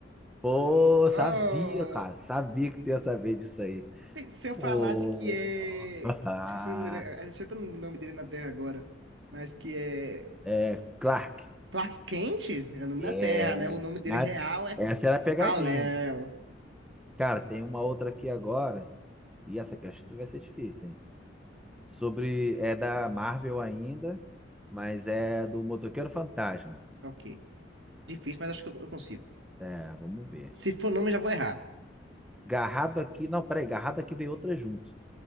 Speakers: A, in the centre; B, on the right.
A: Pô,
B: Oh,
A: sabia, cara. Sabia que tu ia saber disso aí.
B: se, se eu
A: Pô.
B: falasse que é.
A: <laughs>
B: Esqueci o nome dele, achei até o nome dele na Terra agora. Mas que é.
A: É, Clark.
B: Clark Kent é o nome
A: É.
B: da Terra, né? O nome dele
A: mas
B: real é
A: Essa era a pegadinha.
B: Kal-El.
A: Cara, tem uma outra aqui agora. E essa aqui acho que vai ser difícil, hein? Sobre. É da Marvel ainda. Mas é do Motoqueiro Fantasma.
B: Ok. Difícil, mas acho que eu, eu consigo.
A: É, vamos ver.
B: Se for nome, eu já vou errar.
A: Garrado aqui. Não, peraí, garrado aqui veio outra junto.